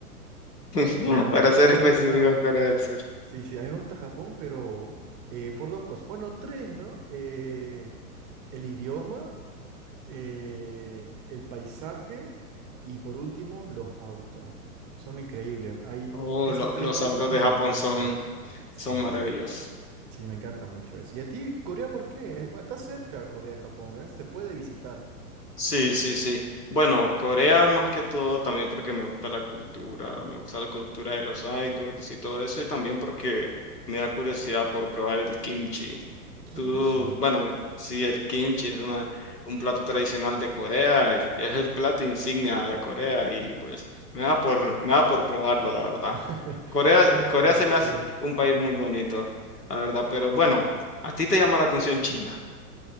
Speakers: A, on the left (about 80°); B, on the right (about 30°).
A: <laughs>
B: No, no,
A: Para ser
B: a mí
A: específico,
B: me gusta.
A: Corea del Sur.
B: Sí, sí, a mí me gusta Japón, pero eh, por dos cosas. Bueno, tres, ¿no? Eh, el idioma, eh, el paisaje y por último, los autos. Son increíbles. Hay,
A: Oh,
B: esas
A: lo-
B: tres
A: los
B: cosas
A: autos de
B: me
A: Japón
B: encantan.
A: son,
B: Sí,
A: son maravillosos.
B: sí, me encanta mucho eso. ¿Y a ti, Corea, por qué? Eh, Bueno, está cerca Corea de Japón, ¿eh? Se puede visitar.
A: Sí, sí, sí. Bueno, Corea más que todo también porque me gusta la cultura, me gusta la cultura de los idols y todo eso, y también porque me da curiosidad por probar el kimchi.
B: Kimchi.
A: Tú, bueno, sí, el kimchi es una, un plato tradicional de Corea, y es el plato insignia de Corea y pues me da por, me da por probarlo, la verdad.
B: <laughs>
A: Corea,
B: Uno,
A: Corea se
B: sí.
A: me hace un país muy bonito, la verdad, pero bueno, ¿a ti te llama la atención China?